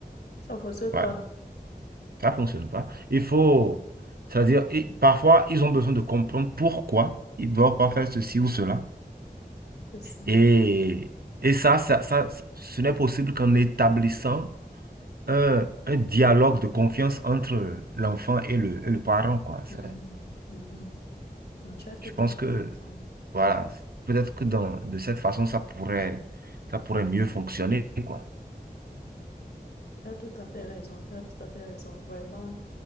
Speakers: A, on the left (about 85°); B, on the right (about 70°).
A: ça ne fonctionne pas.
B: Ouais, ça ne fonctionne pas. Il faut, c'est-à-dire, et parfois, ils ont besoin de comprendre pourquoi ils ne doivent pas faire ceci ou cela.
A: C'est ça.
B: Et, et ça, ça, ça, ce n'est possible qu'en établissant un, un dialogue de confiance entre l'enfant et le, et le parent, quoi. Ça-
A: Mhm, mhm. Non, tu as tout
B: Je pense
A: à fait
B: que,
A: raison.
B: voilà, peut-être que dans, de cette façon, ça pourrait, ça pourrait mieux fonctionner, quoi.
A: Tu as tout à fait raison. Tu as tout à fait raison. Vraiment.